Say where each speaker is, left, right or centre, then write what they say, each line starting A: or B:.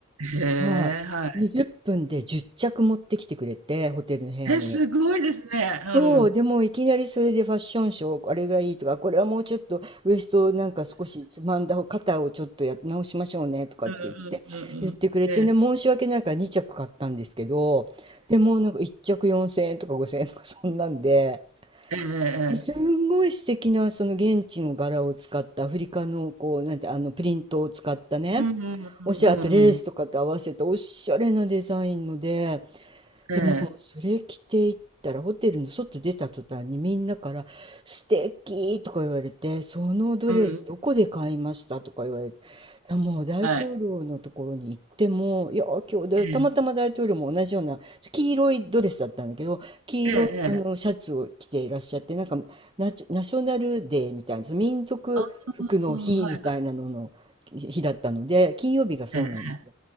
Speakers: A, on the right; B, on the right.
A: へ
B: はい、
A: え、はい。
B: 20分で10着持ってきてくれて、ホテルの部屋に。
A: え、すごいですね。うん。
B: そう、でもいきなりそれでファッションショー、あれがいいとか、これはもうちょっとウエストをなんか少しつまんだ方、肩をちょっとや直しましょうねとかって言って、
A: うんうんうんうん。
B: 言ってくれてね、
A: ええ、
B: 申し訳ないから2着買ったんですけど、でもなんか1着4000円とか5000円とかそんなんで、
A: ええええ。
B: ですんごい素敵なその現地の柄を使ったアフリカのこう、なんてあのプリントを使ったね、
A: うんうんうんうんうん。
B: おしゃれ、あとレースとかと合わせたおしゃれなデザインので、
A: ええ。
B: でもそれ着ていったらホテルの外出た途端にみんなから「素敵とか言われて「そのドレスどこで買いました?」とか言われて
A: うん。
B: あもう大統領のところに行っても「いや今日でたまたま大統領も同じような黄色いドレスだったんだけど黄色いあのシャツを着ていらっしゃってなんかナチョ、
A: はい。ええ。ええええ。
B: ナショナルデーみたいなその民族服の日みたいなのの日だったので金曜日がそうなんですよ。
A: ああ、はい。ええ。